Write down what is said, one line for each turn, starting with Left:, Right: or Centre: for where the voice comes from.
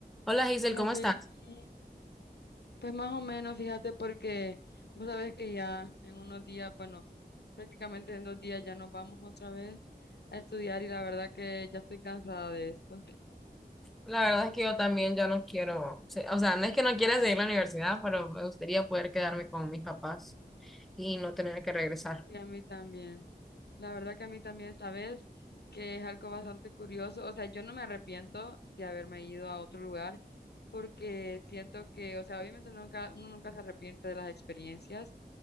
Centre: Hola Giselle,
Left: Hola
Centre: ¿cómo
Left: Jamie,
Centre: estás?
Left: pues más o menos, fíjate, porque vos sabés que ya en unos días, bueno, prácticamente en dos días ya nos vamos otra vez a estudiar y la verdad que ya estoy cansada de esto. <laughs>
Centre: La verdad es que yo también ya no quiero, se- o sea, no es que no quiera seguir la universidad, pero me gustaría poder quedarme con mis papás y no tener que regresar.
Left: Y a mí también. La verdad que a mí también, sabes que es algo bastante curioso. O sea, yo no me arrepiento de haberme ido a otro lugar porque siento que, o sea, obviamente nunca, uno nunca se arrepiente de las experiencias